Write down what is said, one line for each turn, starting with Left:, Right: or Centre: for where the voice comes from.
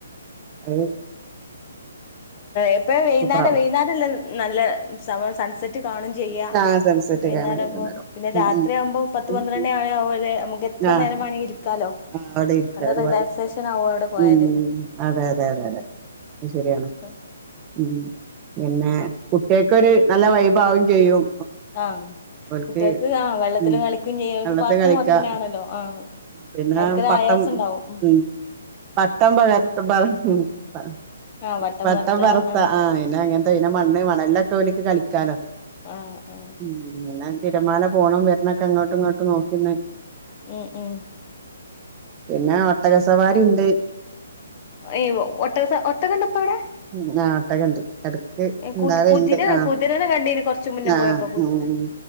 Right: അത്
Left: എപ്പഴ വൈനേരം
Right: സൂപ്പറാ
Left: വൈനാരല്ല നല്ല സമ സൺസെ റ്റ് കാണും ചെയ്യാം
Right: ആഹ് സൺസെറ്റ്
Left: വൈന്നെര
Right: കാണാൻ വൈകുന്നേരം
Left: ആമ്പോ പിന്നെ രാത്രി
Right: ഉം
Left: ആവുമ്പോ പത്ത്
Right: ഉം
Left: പന്ത്രണ്ട്ണ്ണി ആണ് അവരെ നമുക്ക് എത്ര
Right: ആഹ്
Left: നേരം വെണെങ്കി ഇരിക്കാലോ
Right: ആഹ് അവിടെ ഇരിക്ക
Left: നല്ല
Right: ഒരുപാട്
Left: റിലാക്സേഷൻ ആവു അവിടെ പോയാല്
Right: ഉം അതെ അതെ അതെ അതെ അത് ശരിയാണ്
Left: <unintelligible>
Right: ഉം പിന്നെ കുട്ടികക്കൊരു നല്ല വൈബാക്കേം ചെയ്യും
Left: ആഹ്
Right: ഓൽക്ക്
Left: കുട്ടികൾക്ക് ആഹ് വെള്ളത്തില്
Right: ഉം
Left: കളിക്കും ചെയ്യക്ക്
Right: വെള്ളത്തി
Left: പാർക്ക്
Right: കളിക്കാ
Left: മോഡല് തന്നെ ആണല്ലോ ആഹ്
Right: പിന്നെ
Left: അവർക്കൊരു
Right: പട്ടം
Left: ആയാസം ഉണ്ടാവും
Right: ഉം പട്ടം പകർത്തുമ്പാ ഉം അതാണ് <unintelligible>
Left: ആ വട്ടം
Right: പട്ടം
Left: വരത്ത
Right: പറത്ത
Left: ആ
Right: ആഹ് അയിന് അങ്ങനത്തെ ഇനെ മണ്ണ് വേണ എൽല്ലൊക്കെ ഓല്ക്ക് കളിക്കാലോ
Left: ആഹ് ആഹ്
Right: ഉം പിന്നെ തിരമാല പോണം വരണൊക്കെ അങ്ങോട്ടും ഇങ്ങോട്ട് നോക്കിന്ന്
Left: ഉം ഉം
Right: പിന്നെ ഒട്ടകസവാരി ഇണ്ട്
Left: അയ്യോ ഒട്ടകസ ഒട്ടകണ്ടപ്പോ അവിടെ
Right: ഉം ആഹ് ഒട്ടക്കെണ്ട് എടാ ക്ക്‌ ഇണ്ടാവാലിണ്ട്
Left: കു കുതിര
Right: ആഹ്
Left: കുതിരനെ കണ്ടീന് കൊറച്ച് മുന്നേ
Right: ആഹ്
Left: പോയപ്പോ കുതി
Right: ഉം